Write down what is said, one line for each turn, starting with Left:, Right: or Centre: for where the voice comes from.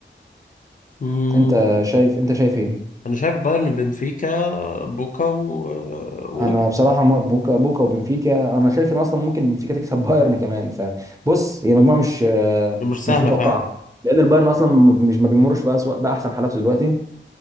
Left: أمم.
Right: انت شايف انت شايف ايه
Left: انا شايف بايرن بنفيكا بوكا و... واوكلاند
Right: انا بصراحه م- بوكا بوكا وبنفيكا انا شايف ان اصلا ممكن بنفيكا تكسب بايرن كمان فبص هي مجموعه مش آه،
Left: مش سهله
Right: مش متوقعه
Left: فعلا
Right: لان البايرن اصلا مش ما بيمرش بقى بقى احسن حالاته دلوقتي